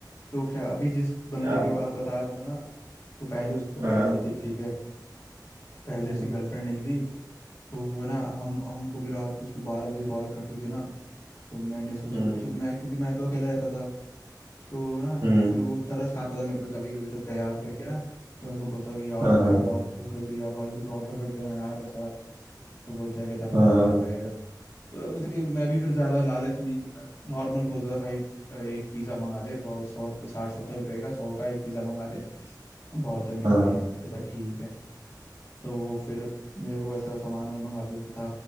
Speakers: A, on the left (about 40°); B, on the right (about 80°).
A: तो क्या अभी जिस बंदे
B: क्या
A: के
B: बो-
A: बात बता रहा था ना तो पहले उसकी गर्लफ्रेंड
B: हाँ
A: नहीं थी ठीक है पहले
B: हम्म
A: उसकी गर्लफ्रेंड नहीं थी तो वो ना हम हमको भी रात को उसको बारह बजे कॉल करते थे ना तो मैंने सोचो
B: हम्म
A: सो, मैं क्योंकि मैं तो अकेला रहता था तो ना
B: हम्म,
A: फिर वो तरस खाता था मेरे पे कभी कभी ऐसा दया करके ना तो मैं उसको बोलता कि यार
B: हाँ
A: भाई
B: हाँ
A: बहुत भूख लग रही है भाई कुछ ऑर्डर कर देना यार ऐसा तो बोलता है कहता बता
B: हाँ हाँ
A: क्या खाएगा तो मतलब कि मैं भी फिर ज्यादा लालच नहीं तो मैं नॉर्मल बोलता था भाई अ, एक पिज्जा मंगा दे बहुत सौ साठ सत्तर रुपए का सौ का एक पिज्जा मंगा दे बहुत है मेरे
B: हाँ,
A: लिए कहता ठीक है तो वो फिर मेरे को ऐसा सामान वामान मंगा देता था